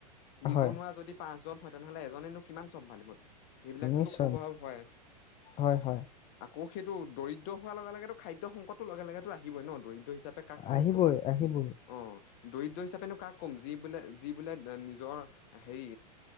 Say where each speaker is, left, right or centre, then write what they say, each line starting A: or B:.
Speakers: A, on the left; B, on the left.
A: নিবনুৱা
B: হয়
A: যদি পাঁচজন হয় তেনেহ'লে এজনেনো কিমান চম্ভালিব এইবিলাকতোতো
B: নিশ্চয়
A: ক'ব‌ই নাপাই
B: হয় হয়
A: আকৌ। সেইটো দৰিদ্ৰ হোৱাৰ লগে লগেতো খাদ্য সংকটটোৰ লগে লগেতো আহিবই ন। দৰিদ্ৰ হিচাপে কাকনো
B: আহিবই
A: কম
B: আহিবই
A: অ। দৰিদ্ৰ হিচাপেনো কাক ক'ম যি বোলে। যি বোলে নিজৰ হেৰি